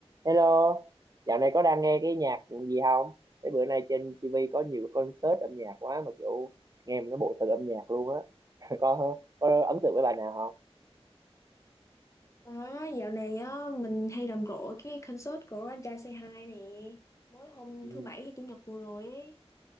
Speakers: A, on the right; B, on the left.
A: Hello, dạo này có đang nghe cái nhạc gì không? Thế bữa nay trên TV có nhiều cái concert âm nhạc quá mà kiểu nghe mà nó bộ thật âm nhạc luôn á. <laughs> Có có ấn tượng với bài nào không? <laughs>
B: Đó, dạo này á, mình hay rầm rộ cái concert của anh trai Say Hi nè Mới hôm
A: Ừ.
B: thứ bảy hay chủ nhật vừa rồi ấy